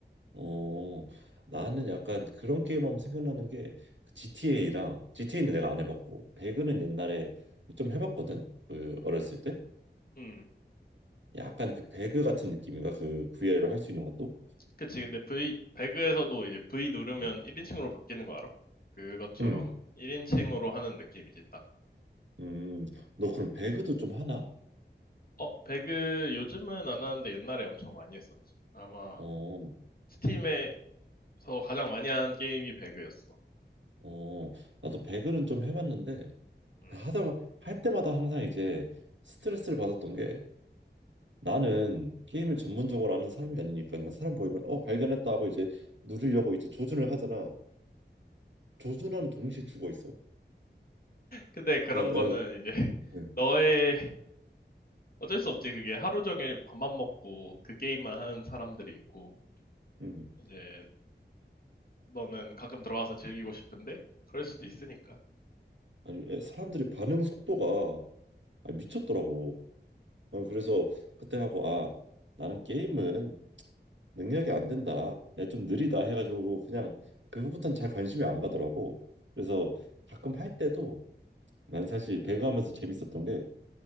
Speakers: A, on the right (about 85°); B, on the left (about 55°).
A: 어, 나는 약간 그런 게임하면 생각나는 게 GTA랑 GTA는 내가 안 해봤고 배그는 옛날에 좀 해봤거든. 그 어렸을 때
B: 음,
A: 약간 그 배그 같은 느낌인가 그 VR로 할 수 있는 것도.
B: 그치. 근데 V 배그에서도 이제 V 누르면
A: 응.
B: 1인칭으로 바뀌는 거 알아? 그것처럼
A: 응.
B: 1인칭으로 하는 느낌이지 딱.
A: 음, 너 그럼 배그도 좀 하나?
B: 어, 배그 요즘은 안 하는데 옛날에 엄청 많이 했었지. 아마
A: 어,
B: 스팀에서 가장 많이 한 게임이 배그였어.
A: 어, 나도 배그는 좀 해봤는데
B: 음.
A: 하다 할 때마다 항상 이제 스트레스를 받았던 게 나는 게임을 전문적으로 아는 사람이 아니니까 그냥 사람 보이면 어 발견했다 하고 이제 누르려고 이제 조준을 하잖아. 조준하는 동시에 죽어 있어.
B: 근데 그런
A: 네, 네,
B: 거는 이제 <laughs>
A: 네.
B: 너의 어쩔 수 없지. 그게 하루 종일 밥만 먹고 그 게임만 하는 사람들이 있고
A: 음,
B: 이제 너는 가끔 들어와서 즐기고 싶은데 그럴 수도 있으니까.
A: 아니 에, 사람들이 반응 속도가 아, 미쳤더라고. 어, 그래서 그때 하고 아 나는 게임은 능력이 안 된다. 야, 좀 느리다 해가지고 그냥 그거부터는 잘 관심이 안 가더라고. 그래서 가끔 할 때도 난 사실 배그하면서 재밌었던 게